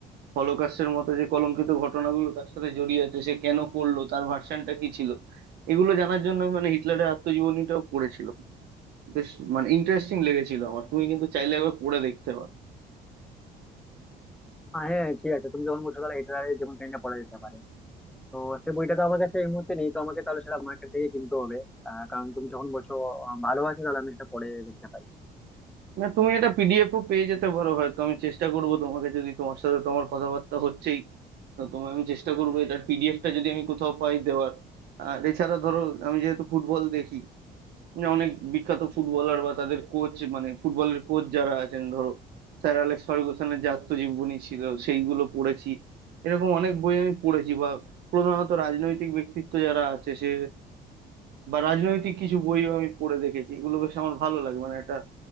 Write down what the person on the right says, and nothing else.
হলোকাস্টের মতো যে কলঙ্কিত ঘটনাগুলো তার সাথে জড়িয়ে আছে সে কেন করলো তার ভার্সনটা কি ছিল এগুলো জানার জন্য আমি মানে হিটলারের আত্মজীবনীটাও পড়েছিল বেশ মানে ইন্টারেস্টিং লেগেছিল আমার তুমি কিন্তু চাইলে একবার পড়ে দেখতে পারো
না তুমি এটা পিডিএফ ও পেয়ে যেতে পারো হয়তো আমি চেষ্টা করব তোমাকে যদি তোমার সাথে তোমার কথাবার্তা হচ্ছেই তো তোমায় আমি চেষ্টা করবো এটার পিডিএফটা যদি আমি কোথাও পাই দেওয়ার আর এছাড়া ধরো আমি যেহেতু ফুটবল দেখি মানে অনেক বিখ্যাত ফুটবলার বা তাদের কোচ মানে ফুটবলের কোচ যারা আছেন ধরো স্যার অ্যালেক্স ফার্গুসনের যে আত্মজীবনী ছিল সেইগুলো পড়েছি এরকম অনেক বই আমি পড়েছি বা প্রধানত রাজনৈতিক ব্যক্তিত্ব যারা আছে সে বা রাজনৈতিক কিছু বইও আমি পড়ে দেখেছি এগুলো বেশ আমার ভালো লাগে মানে একটা